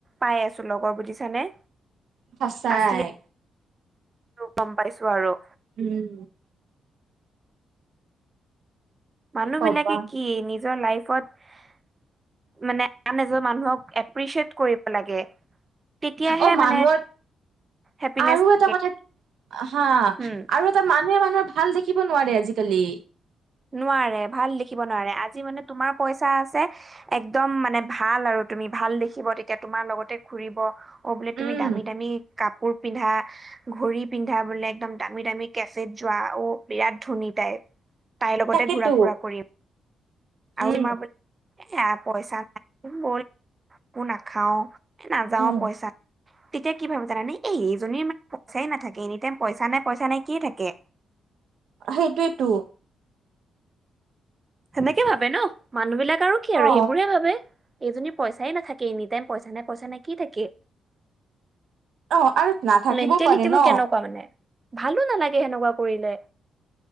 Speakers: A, on the right; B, on the right.
A: পাই আছোঁ, লগৰ বুজিছানে?
B: সঁচাই!
A: আচলি গম পাইছোঁ আৰু।
B: উম!
A: মানুহ
B: কি কবা
A: বিলাকে কি? নিজৰ লাইফত মানে, আন এজন মানুহক, এপ্ৰিচিয়েট কৰিব লাগে। তেতিয়াহে
B: অ
A: মানে,
B: মানুহৰ
A: হেপিনেচ
B: আৰু
A: থাকে
B: এটা কথা, হা! আৰু
A: উম
B: এটা মানুহে মানুহৰ ভাল দেখিব নোৱাৰে আজিকালি।
A: নোৱাৰে, ভাল দেখিব নোৱাৰে। আজি মানে, তোমাৰ পইচা আছে, একদম মানে ভাল আৰু। তুমি ভাল দেখিব তেতিয়া তোমাৰ লগতে ঘুৰিব। অ', বোলে তুমি
B: উম
A: দামী, দামী কাপোৰ পিন্ধা, ঘড়ী পিন্ধা বোলে, একদম দামী, দামী কেফেত যোৱা। অ', বিৰাট ধনী! তাইৰ, তাই লগতে
B: তাকেতো
A: ঘূৰা ফুৰা কৰিম।
B: উম
A: আৰু <unintelligible> এয়া পইচা নাই! ব'ল। একো নাখাওঁ। নাযাওঁ
B: উম
A: পইচা, তেতিয়া কি ভাৱে জানানে? এই, এইজনীৰ মানে, পইচাই নাথাকে। এনি টাইম পইচা নাই, পইচা নাই, কিয়ে থাকে।
B: সেইটোৱেতো!
A: সেনেকে ভাৱে ন'? মানুহ বিলাক আৰু কি আৰু
B: অ
A: সেইবোৰে ভাৱে! এইজনী পইচাই নাথাকে! এনি টাইম পইচা নাই, পইচা নাই, কি থাকে?
B: অ আৰু নাথাকিবও
A: মেণ্টেলিটিবোৰ
B: পাৰে ন
A: কেনেকুৱা মানে? ভালো নালাগে সেনেকুৱা কৰিলে।